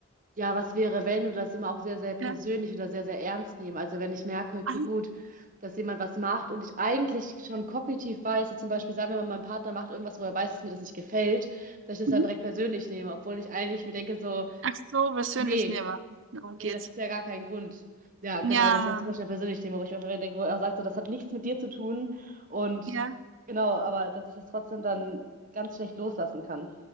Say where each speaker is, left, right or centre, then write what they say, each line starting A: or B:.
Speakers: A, on the right; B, on the right.
A: ja, was wäre, wenn, oder das immer auch sehr, sehr persönlich
B: Ja.
A: oder sehr, sehr ernst nehmen. Also wenn ich merke, okay,
B: Ach,
A: gut, dass jemand was macht und ich eigentlich schon kognitiv weiß, jetzt zum Beispiel sagen wir mal, mein Partner macht irgendwas, wo er weiß, dass mir das nicht gefällt, dass ich das
B: mhm.
A: dann direkt persönlich nehme, obwohl ich eigentlich mir denke so,
B: Ach so, persönlich
A: nee.
B: nehmen. Darum
A: Nee,
B: geht's.
A: das ist ja gar kein Grund. Ja, genau,
B: Ja,
A: das ist ja super schnell persönlich Thema, wo ich mir denke, wo er auch sagt, so, das hat nichts mit dir zu tun. Und
B: ja.
A: genau, aber dass ich das trotzdem dann ganz schlecht loslassen kann.